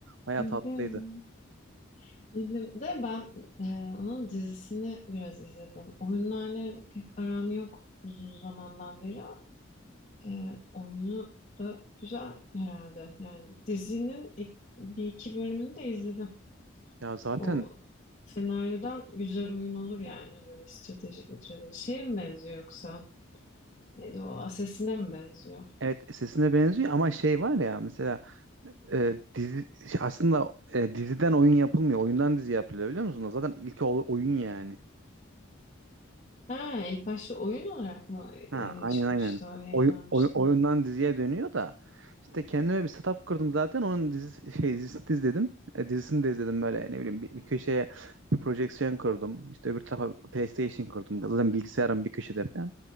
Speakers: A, on the right (about 70°); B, on the left (about 35°).
A: Bayağı
B: bildim
A: tatlıydı.
B: bildim. Bildim de ben e, onun dizisini biraz izledim. Oyunlarla pek aram yok uzun zamandan beri. E, oyunu da güzel herhalde. Yani dizinin ilk- bir iki bölümünü de izledim.
A: Ya zaten
B: O senaryodan güzel oyun olur yani. Böyle stratejik mi stratejik. Şeye mi benziyor yoksa? Neydi o? Assassin'e mi benziyor?
A: Evet sesine benziyor ama şey var ya mesela e, dizi aslında e, diziden oyun yapılmıyor. Oyundan dizi yapılıyor biliyor musunuz? Zaten ilk oyun yani.
B: Ha, ilk başta oyun olarak mı
A: Ha,
B: e,
A: aynen
B: çıkmıştı
A: aynen.
B: o yayınlanmıştı?
A: Oy, oy- oyundan diziye dönüyor da işte kendime bir setup kırdım zaten onun dizi, şey, dizisini de izledim. E, dizisini de izledim böyle ne bileyim bir, bir köşeye bir projeksiyon kurdum. İşte öbür tarafa PlayStation kurdum. Zaten bilgisayarım bir köşede falan.